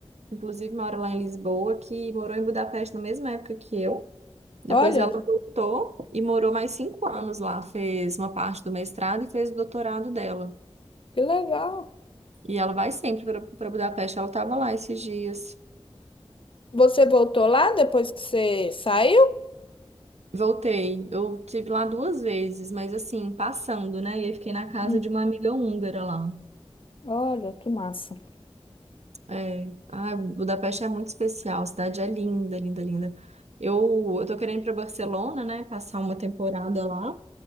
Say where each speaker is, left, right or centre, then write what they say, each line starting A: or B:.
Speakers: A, on the right (about 85°); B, on the left (about 55°).
A: que, inclusive, mora lá em Lisboa, que morou em Budapeste na mesma época que eu. Depois
B: Olha,
A: ela voltou e morou mais cinco anos lá. Fez uma parte do mestrado e fez o doutorado dela.
B: que legal.
A: E ela vai sempre para Budapeste. Ela estava lá esses dias.
B: Você voltou lá depois que você saiu?
A: Voltei. Eu tive lá duas vezes, mas assim, passando, né? E aí fiquei na casa
B: Hum,
A: de uma amiga húngara lá.
B: olha, que massa.
A: É. Ai, Budapeste é muito especial. A cidade é linda, linda, linda. Eu, eu tô querendo ir para Barcelona, né? Passar uma temporada lá.